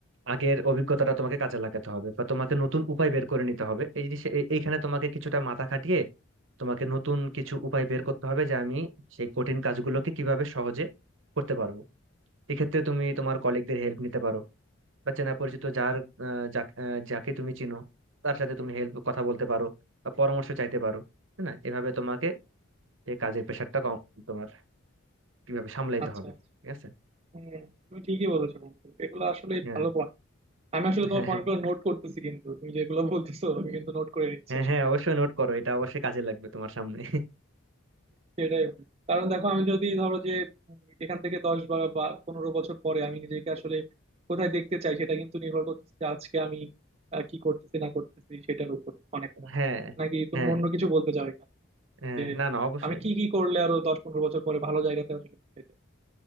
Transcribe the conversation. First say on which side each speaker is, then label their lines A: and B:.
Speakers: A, on the right; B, on the right.
A: আগের অভিজ্ঞতাটা তোমাকে কাজে লাগাতে হবে বা তোমাকে নতুন উপায় বের করে নিতে হবে এই জিনিস এই- এইখানে তোমাকে কিছুটা মাথা খাটিয়ে তোমাকে নতুন কিছু উপায় বের করতে হবে যে আমি সেই কঠিন কাজগুলোকে কিভাবে সহজে করতে পারবো এক্ষেত্রে তুমি তোমার কলিগদের হেল্প নিতে পারো বা চেনা পরিচিত যার আহ, যাক- আহ, যাকে তুমি চিনো তার সাথে তুমি হেল্প কথা বলতে পারো বা পরামর্শ চাইতে পারো তাই না এভাবে তোমাকে এই কাজের প্রেশারটা কম তোমার কিভাবে সামলাইতে
B: আচ্ছা
A: হবে
B: আচ্ছা।
A: ঠিক আছে
B: হ্যাঁ তুমি ঠিকই বলেছো বন্ধু এগুলো আসলে
A: হ্যাঁ
B: ভালো পয়েন্ট আমি আসলে তোমার
A: হ্যাঁ
B: পয়েন্ট
A: হ্যাঁ
B: গুলো নোট করতেছি কিন্তু তুমি যেগুলো বলতেছো আমি কিন্তু নোট করে নিচ্ছি
A: হ্যাঁ
B: আসলে
A: হ্যাঁ অবশ্যই নোট করো এটা অবশ্যই কাজে লাগবে তোমার সামনে
B: সেটাই বন্ধু। কারণ দেখো আমি যদি ধরো যে উম, এখান থেকে দশ বা বা পনেরো বছর পরে আমি নিজেকে আসলে কোথায় দেখতে চাই সেটা কিন্তু নির্ভর করতেছে যে আজকে আমি আহ, কি করতেছি না করতেছি সেটার উপর অনেকটা
A: হ্যাঁ
B: নাকি তুমি
A: হ্যাঁ
B: অন্য কিছু বলতে চাও এখানে
A: হ্যাঁ
B: যে
A: না না অবশ্যই
B: আমি কি কি করলে আরো দশ পনেরো বছর পরে ভালো জায়গাতে আসলে পৌঁছাতে চাই?